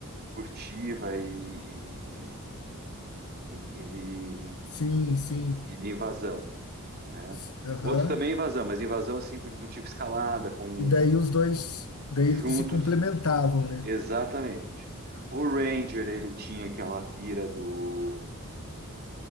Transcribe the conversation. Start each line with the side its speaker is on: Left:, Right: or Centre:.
Right: furtiva e, e, e- e de,
Left: Sim, sim.
Right: e de invasão, né?
Left: S- Aham.
Right: O outro também é invasão, mas invasão assim do tipo escalada com
Left: E daí os dois, daí
Right: juntos,
Left: eles se complementavam, né?
Right: exatamente. O Ranger ele tinha aquela pira do